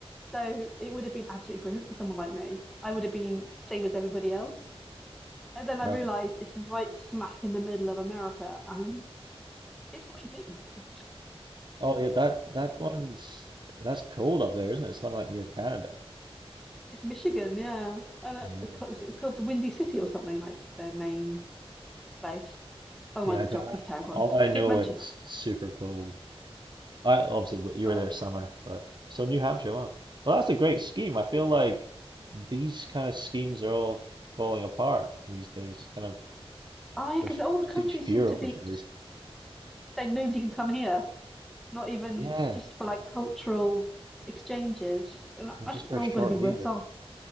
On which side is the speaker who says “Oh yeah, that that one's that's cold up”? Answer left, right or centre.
Right